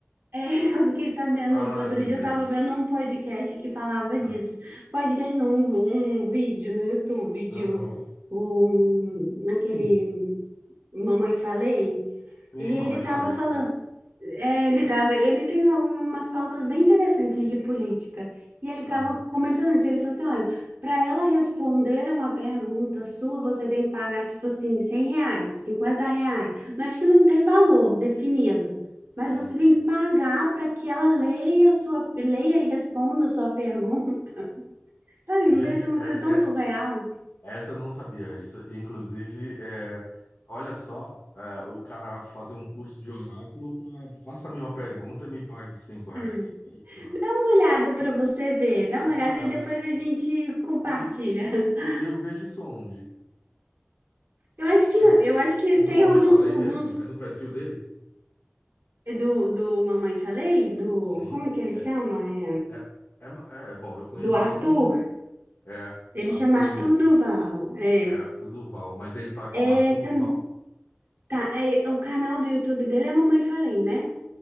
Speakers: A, on the right; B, on the left.
A: é, <laughs> eu fiquei sabendo
B: Ai,
A: isso. Outro
B: meu
A: dia
B: Deus.
A: eu tava vendo um podcast que falava
B: Tá.
A: disso. Podcast não, um, um vídeo no YouTube de
B: Aham.
A: um, um- aquele
B: Hum.
A: Mamãe Falei.
B: Sim,
A: E
B: mamãe
A: ele estava
B: falei.
A: falando,
B: É.
A: é, ele tava, ele tem algumas pautas bem interessantes de política. E ele estava
B: Aham.
A: comentando isso, ele falou assim, olha, para ela responder uma pergunta sua, você tem que pagar, tipo assim, 100 reais, 50 reais. Eu acho que não tem valor definido,
B: Sim,
A: mas você
B: sim.
A: tem que pagar para que ela leia a sua, leia e responda a sua pergunta. <laughs> Sabe,
B: Gente,
A: me pareceu uma
B: essa,
A: coisa tão
B: é,
A: surreal.
B: essa eu não sabia, Raíssa. Inclusive, é, olha só, é, o cara fazer um curso de oráculo pra, faça-me uma pergunta e me pague cinco reais.
A: É.
B: Que que é isso, né?
A: Dá uma olhada para você ver, dá uma
B: Eu
A: olhada
B: vou olhar.
A: e depois a gente compartilha.
B: E, e-
A: <laughs>
B: e eu vejo isso onde?
A: Eu acho que
B: Eu,
A: eu acho que
B: é do
A: tem
B: Mamãe
A: alguns
B: Falei
A: alguns
B: mesmo? É no perfil dele?
A: do, do Mamãe Falei, do
B: Sim.
A: como é que ele
B: É,
A: chama? É,
B: é, é, ma- é, bom, eu conheço
A: do Arthur.
B: ele por uma. É,
A: Ele
B: Arthur.
A: chama Arthur Duval. É.
B: É Arthur Duval, mas ele tá como
A: É,
B: Arthur
A: tam-
B: Duval?
A: tá, é, o canal do YouTube dele é Mamãe Falei, né?